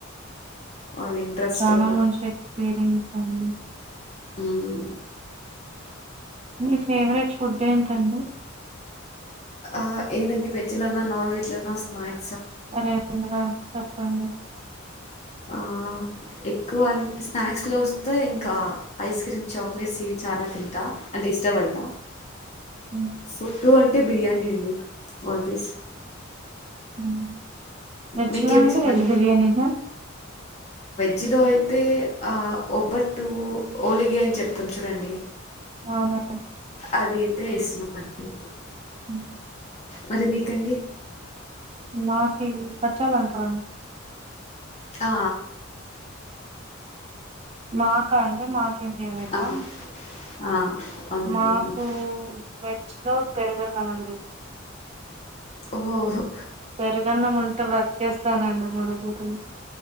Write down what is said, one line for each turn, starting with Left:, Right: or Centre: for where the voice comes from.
Left: వాళ్ళ ఇంట్రెస్ట్
Right: చానా
Left: అలా
Right: మంచి ఎక్స్పీరిన్సండి.
Left: ఊమ్.
Right: మీ ఫేవరెట్ ఫుడ్డేంటండి.
Left: ఆ ఏదండి వెజ్జ్ లోనా నాన్వెజ్ లోనా స్నాక్
Right: <unintelligible> చెప్పండి.
Left: ఆ ఎక్కువన్ స్నాక్స్ లో వస్తే ఇంకా ఐస్క్రీమ్ చాక్లెట్సివి చానా తింటా అంటె ఇష్టబడ్తా.
Right: హ్మ్.
Left: ఫుడ్డు అంటె బిర్యానీ అండి ఆల్వేస్.
Right: ఊమ్ వెజ్లో
Left: మీకేమి
Right: అండి
Left: ఇష్టం
Right: వెజ్ బిర్యానీనా.
Left: జిలో ఐతే ఆ ఒబ్బట్టు ఓలిగి అన్ చెప్తాం చూడండి.
Right: ఔనా.
Left: అది ఐతే ఇస్మ <unintelligible>
Right: హ్మ్.
Left: మరి మీకండి.
Right: మాకీ బచ్చాలంట్రండి.
Left: ఆ.
Right: మాకా అంటె మాకేం ఫేవరెట్టా
Left: ఆ ఆ అవునండి
Right: మాకూ
Left: మీకు
Right: వెజ్జ్ లో పెరుగున్నమండి.
Left: ఓ ఒహొ
Right: పెరుగన్నముంటె బ్రత్కేస్తానండి మూడు పూటలూ.